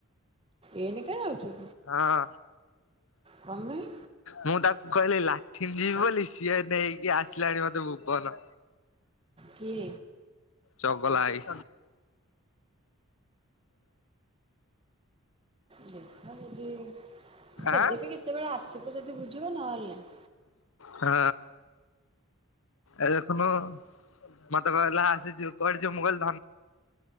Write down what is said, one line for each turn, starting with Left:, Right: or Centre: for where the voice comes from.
Right: ଏଇନେ କାଇଁ ଯାଉଛୁ?
Left: ହଁ।
Right: କଣ ପାଇଁ
Left: ମୁଁ ତାକୁ କହିଲି ଲାଟିନ୍ ଯିବି ବୋଲି ସିଏ ନେଇକି ଆସିଲାଣି ମତେ ଭୁବନ।
Right: କିଏ
Left: ଚଗଲା ଏଇ
Right: ଦେଖ ଯଦି ଯଦି
Left: ଆଁ
Right: ବି କେତେବେଳେ ଆସିବ ଯଦି ବୁଝିବ ନହେଲେ ନାହିଁ।
Left: ହଁ। ଏ ଦେଖୁନୁ ମତେ କହିଲା ଆସେ ଯିବୁ କୁଆଡ଼େ ଯିବୁ ମୁଁ କହିଲ